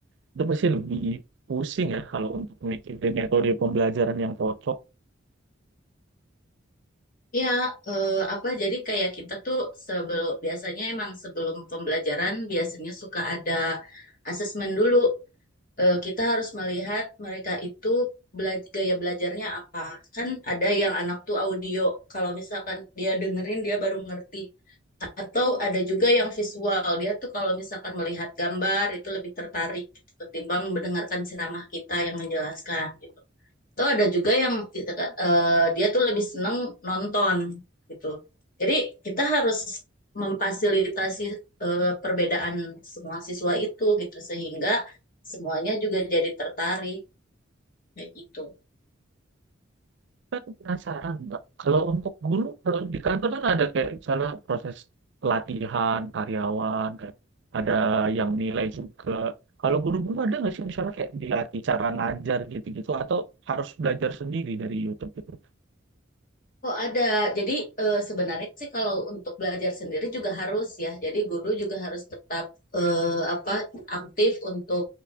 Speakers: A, on the right; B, on the left.
A: itu pasti lebih pusing ya kalau untuk mikirin metode pembelajaran yang cocok.
B: Ya, eh, apa jadi kayak kita tuh sebelum biasanya emang sebelum pembelajaran biasanya suka ada asesmen dulu. Eh, kita harus melihat mereka itu bela- gaya belajarnya apa. Kan ada yang anak tuh audio, kalau misalkan dia dengerin dia baru ngerti. Atau ada juga yang visual, dia tuh kalau misalkan melihat gambar itu lebih tertarik gitu, ketimbang mendengarkan ceramah kita yang menjelaskan gitu. Atau ada juga yang eh, dia tuh lebih seneng nonton gitu. Jadi kita harus memfasilitasi eh, perbedaan semua siswa itu gitu sehingga semuanya juga jadi tertarik kayak gitu.
A: Tapi Aku penasaran, Mbak. Kalau untuk guru, kalau di kantor kan ada kayak misalnya proses pelatihan karyawan, kayak ada yang nilai juga. Kalau guru-guru ada nggak sih misalnya kayak dilatih cara ngajar gitu-gitu atau harus belajar sendiri dari YouTube gitu?
B: Oh ada, jadi eh, sebenarnya sih kalau untuk belajar sendiri juga harus ya. Jadi guru juga harus tetap eh, apa aktif untuk